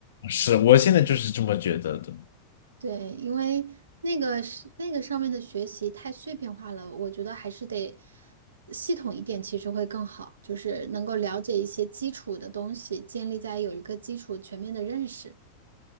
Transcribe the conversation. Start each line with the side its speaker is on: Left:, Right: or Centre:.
Left: 是，我现在就是这么觉得的。
Right: <laughs> 对，因为那个是那个上面的学习太碎片化了，我觉得还是得系统一点，其实会更好，就是能够了解一些基础的东西，建立在有一个基础全面的认识。